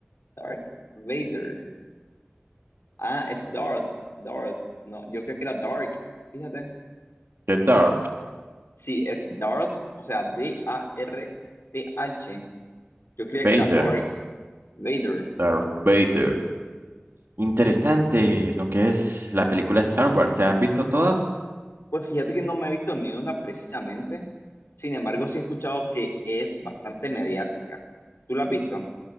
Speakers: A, on the left (about 85°); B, on the right (about 65°).
A: Dark Vader. Ah, es Darth. Darth. No, yo creo que era Dark. Fíjate.
B: de Darth
A: Sí, es Darth. O sea, D-A-R-T-H. Yo creía
B: Vader.
A: que era Dark Vader.
B: Darth Vader. Interesante lo que es la película Star Wars. ¿Te has visto todas?
A: Pues fíjate que no me he visto ni una precisamente. Sin embargo, sí he escuchado que es bastante mediática. ¿Tú la has visto?